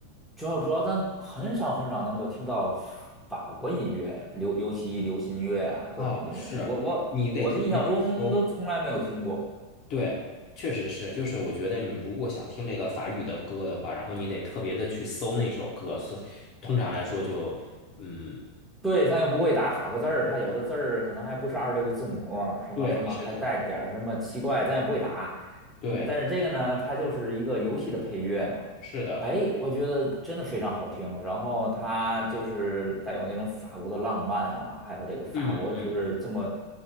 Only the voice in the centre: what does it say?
主要主要咱很少很少能够听到法国音乐，流尤其流行乐啊，各种音乐，
我我我的印象中都从来没有听过。
对，他又不会打法国字儿，他有的字儿可能还不是二十六个字母，什么什么还带点儿什么奇怪，
咱也不会打。
嗯，但是这个呢，它就是一个游戏的配乐嘛。
哎，我觉得真的非常好听，然后它就是带有那种法国的浪漫啊，
还有这个法国就是这么